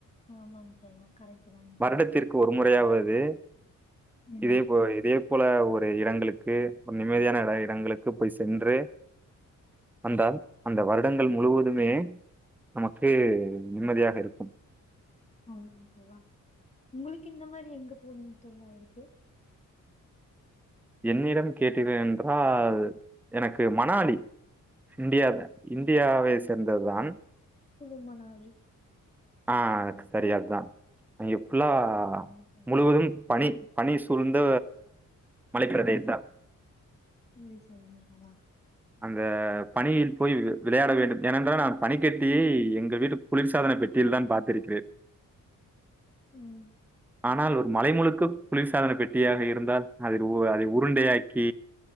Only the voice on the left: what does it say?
ஆமாங்க தோழா. கரெக்ட் தாங்க
தோழா.
ம்.
ஆமாங்க தோழா உங்களுக்கு இந்த மாதிரி எங்க போனும்னு தோழா இருக்கு
குளுமணாலி
சரி, சரிங்க தோழா.
உம் சரிங்க தோழா
உம்